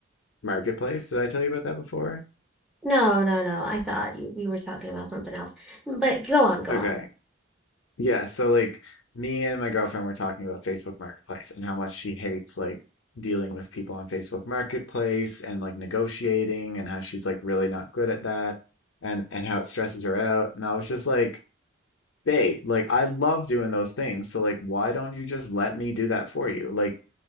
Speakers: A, on the left; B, in the centre.
A: Marketplace. Did I tell you about that before?
B: No, no, no. I thought you we were talking about something else. But go on, go
A: Okay.
B: on.
A: Yeah, so like me and my girlfriend were talking about Facebook Marketplace and how much she hates like dealing with people on Facebook Marketplace and like negotiating and how she's like really not good at that and and how it stresses her out. And I was just like, babe, like I love doing those things. So like why don't you just let me do that for you? Like